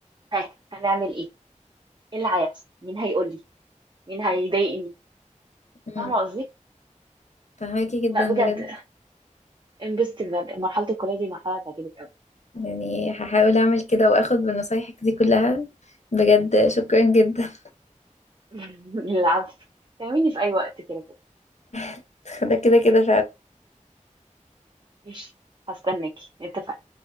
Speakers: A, on the right; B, on the left.
A: ها هنعمل إيه؟ إيه اللي هيحصل؟ مين هيقول لي؟ مين هيضايقني؟
B: مم،
A: فاهمة قصدي؟
B: فهماكي جدا
A: لا بجد
B: بجد
A: انبسطي بجد مرحلة الكلية دي مرحلة هتعجبك أوي
B: يعني هحاول اعمل كده واخد بنصايحك دي كلها بجد شكرا جدا
A: <laughs> العفو كلميني في أي وقت كده
B: <laughs> ده كده كده
A: ماشي هستناكي اتفقنا